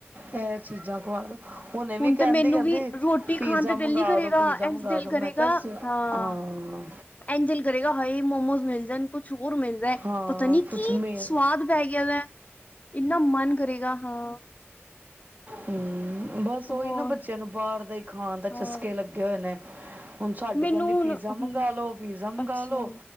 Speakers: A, on the right; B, on the left.
A: ਐ, ਚੀਜ਼ਾਂ ਖੁਆ ਦੋ ਹੁਣ ਏ ਵੀ ਕਹਿੰਦੇ
B: ਤੇ ਮੈਨੂੰ
A: ਆ ਕਹਿੰਦੇ
B: ਵੀ ਰੋਟੀ
A: ਪੀਜ਼ਾ
B: ਖਾਣ ਤੇ ਦਿਲ
A: ਮੰਗਾ
B: ਨੀ ਕਰੇਗਾ
A: ਦੋ ਪੀਜ਼ਾ
B: ਇੰਝ
A: ਮੰਗਾ
B: ਦਿਲ
A: ਦੋ
B: ਕਰੇਗਾ
A: ਮੈਂ ਕਿਹਾ
B: ਹਾਂ,
A: ਸ- ਹਾਂ
B: ਐੰਜਲ ਕਰੇਗਾ ਹਾਏ ਮੋਮੋਸ ਮਿਲ ਜਾਣ ਕੁਛ ਹੋਰ ਮਿਲ
A: ਹਾਂ
B: ਪਤਾ ਨੀ
A: ਕੁਛ
B: ਕੀ
A: ਮੇ
B: ਸੁਆਦ ਪੈ ਗਿਆ ਦਾ ਇੰਨਾ ਮਨ ਕਰੇਗਾ ਹਾਂ
A: ਹੂੰ, ਬਸ ਉਹੀ
B: ਹੋਰ
A: ਨਾ ਬੱਚਿਆਂ ਨੂੰ ਬਾਹਰ ਦਾ ਹੀ ਖਾਣ ਦਾ
B: ਹਾਂ
A: ਚਸਕੇ ਲੱਗੇ ਹੋਏ ਨੇ। ਹੁਣ ਸਾਡੀ
B: ਮੈਨੂੰ
A: ਕਹਿੰਦੀ
B: ਹੁਣ
A: ਪੀਜ਼ਾ
B: ਹਮ
A: ਮੰਗਾ ਲੋ ਪੀਜ਼ਾ ਮੰਗਾ
B: ਅੱਛਾ
A: ਲੋੋ